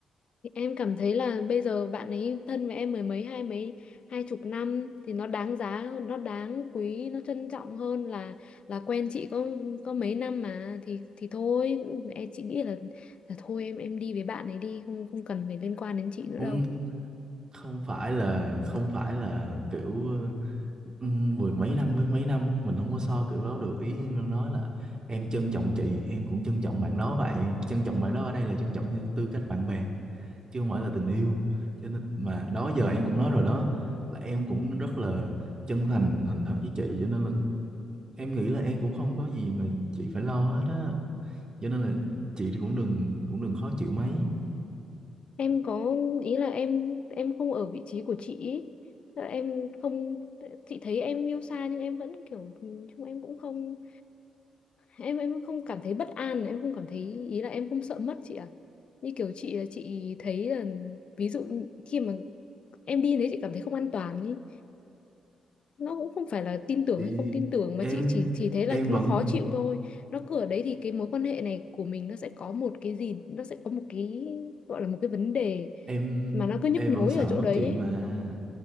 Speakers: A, on the left; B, on the right.
A: Thì em cảm thấy là bây giờ bạn ấy thân với em mười mấy hai mấy hai chục năm thì nó đáng giá hơn, nó đáng quý nó trân trọng hơn là là quen chị có có mấy năm mà thì thì thôi em chị nghĩ là là thôi em em đi với bạn ấy đi không không cần phải liên quan đến chị nữa
B: Không
A: đâu
B: không phải là không phải là kiểu ừ, mười mấy năm với mấy năm mình không có so kiểu đó được. Ý em đang nói là em trân trọng chị, em cũng trân trọng bạn đó vậy. Trân trọng bạn đó ở đây là trân trọng như tư cách bạn bè. chứ không phải là tình yêu cho nên mà đó giờ em cũng nói rồi đó là em cũng rất là chân thành thành thật với chị cho nên là em nghĩ là em cũng không có gì mà chị phải lo hết á cho nên là chị thì cũng đừng cũng đừng khó chịu mấy
A: em có ý là em em không ở vị trí của chị ý. Tức là em không chị thấy em yêu xa nhưng em vẫn kiểu ừ, chung em cũng không em em không cảm thấy bất an em không cảm thấy ý là em không sợ mất chị à như kiểu chị chị thấy là ví dụ như khi mà em đi đấy chị cảm thấy không an toàn ý nó cũng không phải là tin tưởng
B: thì
A: hay không tin tưởng
B: em
A: mà chị chỉ chỉ thấy là
B: em
A: nó
B: vẫn
A: khó chịu thôi nó cứ ở đấy thì cái mối quan hệ này của mình nó sẽ có một cái gì nó sẽ có một cái gọi là một cái vấn đề
B: em
A: mà nó cứ nhức
B: em
A: nhối
B: vẫn sợ
A: ở chỗ
B: mất
A: đấy
B: chị mà